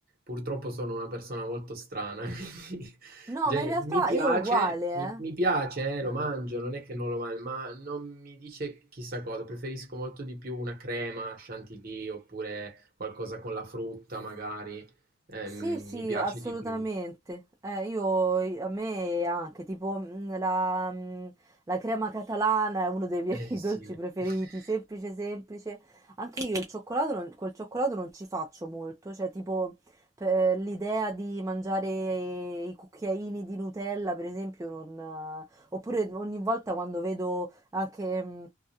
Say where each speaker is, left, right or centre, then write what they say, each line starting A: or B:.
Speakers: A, on the right; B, on the right.
A: Purtroppo sono una persona molto strana. <laughs> quindi-
B: No,
A: cioè,
B: ma in realtà
A: mi piace,
B: io uguale,
A: mi, mi piace, eh, lo
B: eh. Eh.
A: mangio, non è che non lo mangio, ma non mi dice chissà cosa. Preferisco molto di più una crema chantilly oppure qualcosa con la frutta, magari. Ehm,
B: Sì, sì,
A: mi piace
B: assolutamente.
A: di più.
B: Eh, io, i- a me anche, tipo mm, la, mm, la crema catalana è uno dei miei
A: Eh
B: <laughs>
A: sì,
B: dolci preferiti,
A: <laughs>
B: semplice, semplice. Anche io il cioccolato non- col cioccolato non ci faccio molto, cioè tipo per- l'idea di mangiare i cucchiaini di Nutella, per esempio, non... oppure ogni volta quando vedo anche... mm,